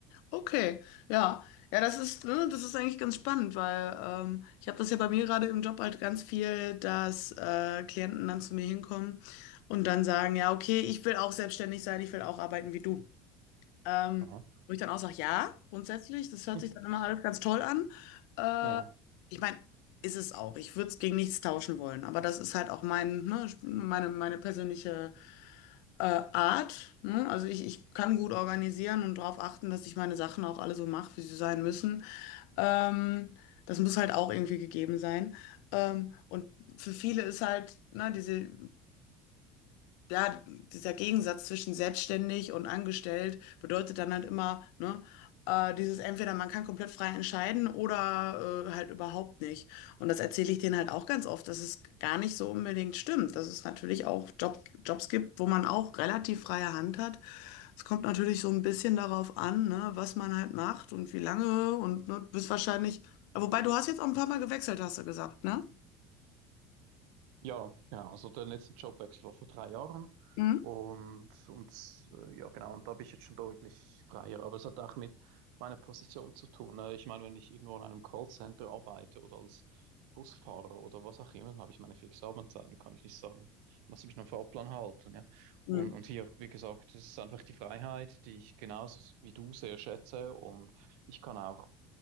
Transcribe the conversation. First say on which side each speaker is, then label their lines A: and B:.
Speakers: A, on the left; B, on the right.
A: Okay, ja. Ja, das ist, ne, das ist eigentlich ganz spannend, weil ähm, ich habe das ja bei mir gerade im Job halt ganz viel, dass äh, Klienten dann zu mir hinkommen und dann sagen, ja, okay, ich will auch selbstständig sein, ich will auch arbeiten wie du. Ähm,
B: Aha.
A: wo ich dann auch sage, ja, grundsätzlich, das hört
B: <laughs>
A: sich dann immer alles ganz toll an. Äh,
B: Ja.
A: ich meine, ist es auch. Ich würde es gegen nichts tauschen wollen, aber das ist halt auch mein, ne, meine, meine persönliche äh, Art. Ne? Also ich, ich kann gut organisieren und darauf achten, dass ich meine Sachen auch alle so mache, wie sie sein müssen. Ähm, das muss halt auch irgendwie gegeben sein. Ähm, und für viele ist halt, ne, diese da, dieser Gegensatz zwischen selbstständig und angestellt bedeutet dann halt immer, ne, äh, dieses entweder man kann komplett frei entscheiden oder äh, halt überhaupt nicht. Und das erzähle ich denen halt auch ganz oft, dass es gar nicht so unbedingt stimmt, dass es natürlich auch Job, Jobs gibt, wo man auch relativ freie Hand hat. Es kommt natürlich so ein bisschen darauf an, ne, was man halt macht und wie lange und ne, du bist wahrscheinlich, wobei du hast jetzt auch ein paar Mal gewechselt, hast du gesagt, ne?
B: Ja, genau. Also der letzte Jobwechsel war vor drei Jahren
A: Mhm.
B: und, und äh, ja genau, und da bin ich jetzt schon deutlich freier. Aber es hat auch mit meiner Position zu tun. ne? Ich meine, wenn ich irgendwo in einem Callcenter arbeite oder als Busfahrer oder was auch immer, dann habe ich meine fixe Arbeitszeiten, kann ich nicht sagen, muss ich mich an den Fahrplan halten. Ja?
A: Mhm.
B: Und, und hier, wie gesagt, es ist einfach die Freiheit, die ich genauso wie du sehr schätze und ich kann auch